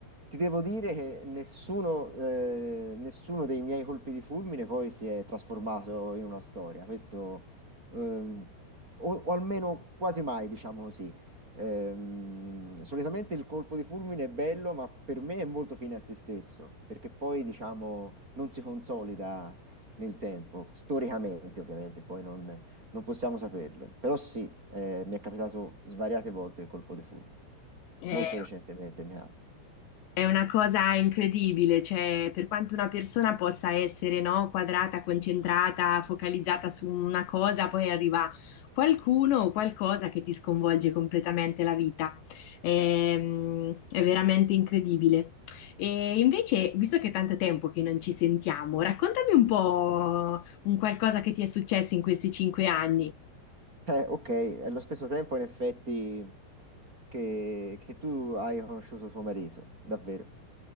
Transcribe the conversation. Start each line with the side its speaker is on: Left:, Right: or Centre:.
Right: ti devo dire che nessuno, eh, nessuno dei miei colpi di fulmine poi si è trasformato in una storia, questo ehm, o, o almeno quasi mai, diciamo così. Ehm, solitamente il colpo di fulmine è bello, ma per me è molto fine a se stesso, perché poi diciamo non si consolida nel tempo, storicamente ovviamente, poi non non possiamo saperlo, però sì, eh, mi è capitato svariate volte il colpo di fulmine,
Left: È,
Right: molto recentemente mi capita.
Left: è una cosa incredibile, cioè per quanto una persona possa essere, no, quadrata, concentrata, focalizzata su una cosa, poi arriva qualcuno o qualcosa che ti sconvolge completamente la vita. Ehm, È, veramente incredibile. E invece, visto che è tanto tempo che non ci sentiamo, raccontami un po' un qualcosa che ti è successo in questi cinque anni.
Right: Eh, ok, allo stesso tempo in effetti che, che tu hai conosciuto tuo marito, davvero.